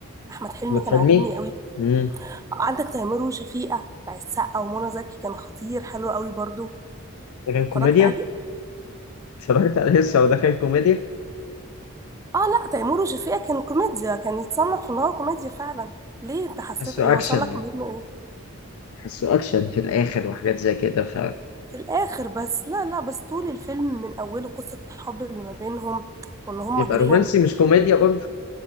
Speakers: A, on the right; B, on the left.
A: احمد حلمي
B: أحمد
A: كان
B: حلمي
A: عاجبني قوي
B: مم.
A: عندك تيمور وشفيقة بتاع السقا ومنى زكي كان خطير حلو قوي برضه
B: ده كان كوميديا
A: اتفرجت عليه
B: اتفرجت عليه لسه وده كان كوميديا
A: اه لا تيمور وشفيقة كان كوميديا كان يتصنف ان هو كوميديا فعلا ليه انت حسيته
B: حسه
A: ايه وصل
B: أكشن
A: لك
B: يعني
A: منه ايه
B: حسه أكشن في الآخر وحاجات زي كده ف
A: في الاخر بس لا لا بس طول الفيلم من اوله قصة الحب اللي ما بينهم وان هما
B: يبقى
A: جيران
B: رومانسي مش كوميديا برضه